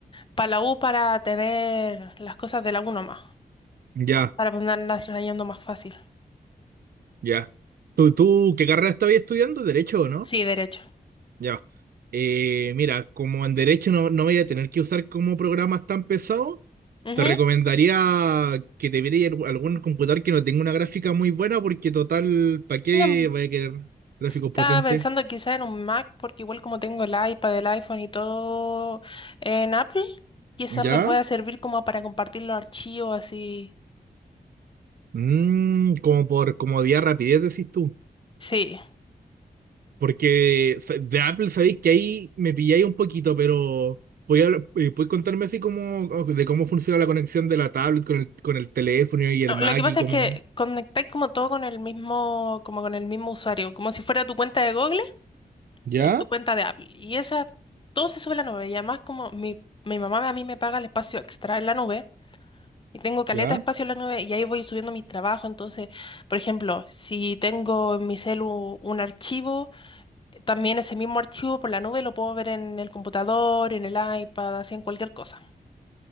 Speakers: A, on the left; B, on the right.
A: Para la U para tener las cosas de la U nomás,
B: Ya,
A: para ponerlas trayendo más fácil.
B: ya. ¿Tú, tú qué carrera estabas estudiando? ¿Derecho o no?
A: Sí, derecho.
B: Ya. Eh, mira, como en derecho no, no voy a tener que usar como programas tan pesados,
A: Ujú.
B: te recomendaría que te vieras algún computador que no tenga una gráfica muy buena, porque total, ¿para qué
A: No,
B: vaya a querer gráficos
A: Estaba
B: potentes?
A: pensando quizá en un Mac, porque igual como tengo el iPad, el iPhone y todo en Apple, quizás
B: ¿Ya?
A: me pueda servir como para compartir los archivos así.
B: Mm, como por comodidad, rapidez, decís tú.
A: Sí.
B: Porque sa- de Apple sabéis que ahí me pilláis un poquito, pero voy a, hablar- eh, ¿puedes contarme así como o de cómo funciona la conexión de la tablet con el, con el teléfono y el
A: No,
B: Mac
A: lo que pasa
B: y cómo...
A: es que conectáis como todo con el mismo, como con el mismo usuario, como si fuera tu cuenta de Google,
B: ¿Ya?
A: ya es tu cuenta de Apple. Y esa, todo se sube a la nube. Y además como mi, mi mamá a mí me paga el espacio extra en la nube. Y tengo caleta
B: ¿Ya?
A: de espacio en la nube y ahí voy subiendo mis trabajos. Entonces, por ejemplo, si tengo en mi celu un archivo, También ese mismo archivo por la nube lo puedo ver en el computador, en el iPad, así en cualquier cosa.